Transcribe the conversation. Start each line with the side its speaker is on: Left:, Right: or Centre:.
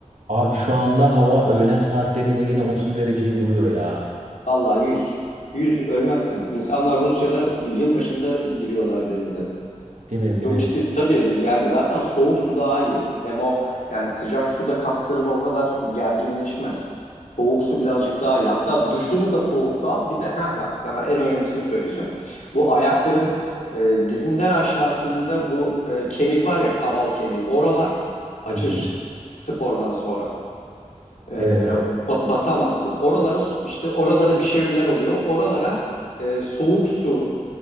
Right: Abi şu anda hava öğlen saatlerinde gene 30 dereceyi buluyor ya.
Left: Vallahi yüz yüz ölmezsin. İnsanlar Rusya'da yılbaşında giriyorlar denize.
Right: Değil mi? Değil
Left: Çok
Right: mi?
Left: ciddi. Tabii yani zaten soğuk su daha iyi. Hem o yani sıcak suda kasların o kadar gerginleşmez. Soğuk su birazcık daha iyi. Hatta duşunu da soğuk su al. Bir de heh bak sana en önemlisini söyleyeceğim. Bu ayakların e, dizinden aşağısında bu e, kemik var ya kaval kemiği. Oralar acır
Right: Evet Yunus.
Left: spordan sonra. E,
Right: Evet
Left: ba- basamazsın. Oralara su- işte oralara bir şeyler oluyor. Oralara e, soğuk su